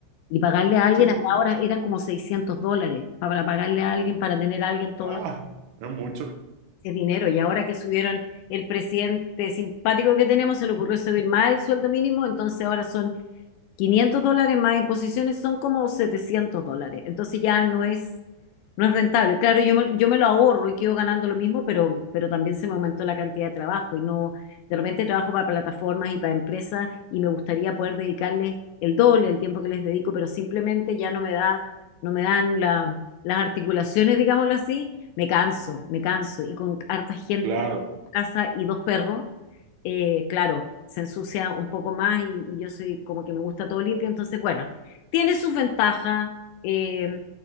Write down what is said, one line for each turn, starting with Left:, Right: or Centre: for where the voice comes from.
Left: Y pagarle a alguien
Right: Sí.
Left: hasta ahora eran como 600 dólares para pagarle a alguien, para tener a alguien todos
Right: Ah,
Left: los
Right: es mucho.
Left: meses dinero. Y ahora que subieron el presidente simpático que tenemos, se le ocurrió subir más el sueldo mínimo, entonces ahora son 500 dólares más imposiciones son como 700 dólares. Entonces ya no es, no es rentable. Claro, yo me, yo me lo ahorro y quedo ganando lo mismo, pero, pero también se me aumentó la cantidad de trabajo y no, de repente trabajo para plataformas y para empresas y me gustaría poder dedicarles el doble del tiempo que les dedico, pero simplemente ya no me da, no me dan la- las articulaciones, digámoslo así. Me canso, me canso. Y con harta gente
Right: Claro,
Left: en casa y dos perros, eh, claro, se ensucia un poco más y, y yo soy como que me gusta todo limpio, entonces, bueno, tiene sus ventajas. eh,